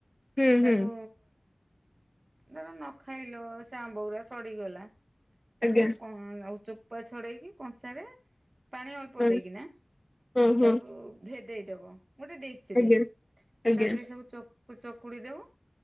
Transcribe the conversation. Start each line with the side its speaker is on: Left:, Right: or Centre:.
Left: ହୁଁ
Right: ତାକୁ
Left: ହୁଁ
Right: ଧର ନଖାଇଲ ସେ ଆମ୍ବ ଗୁରା ସଡିଗଲା। ତାକୁ
Left: ଆଜ୍ଞା
Right: ଆଉ ଚୋପା ଛଡେଇକି କଂସା ରେ ପାଣି ଅଳ୍ପ
Left: ହଁ
Right: ଦେଇକିନା
Left: ହଁ ହଁ
Right: ତାକୁ ଭେଦେଇ ଦବ ଗୋଟେ ଡ଼ିସ
Left: ଆଜ୍ଞା
Right: ରେ
Left: ଆଜ୍ଞା
Right: ତାପରେ ସବୁ ଚକୁଡି ଦବ।